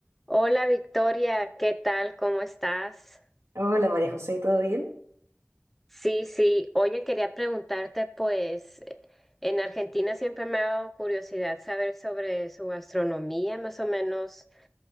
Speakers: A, in the centre; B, on the right.
A: Hola Victoria, ¿qué tal? ¿Cómo estás?
B: Hola María José, ¿todo bien?
A: Sí, sí. Oye, quería preguntarte, pues, eh, en Argentina siempre me ha dado curiosidad saber sobre su gastronomía, más o menos,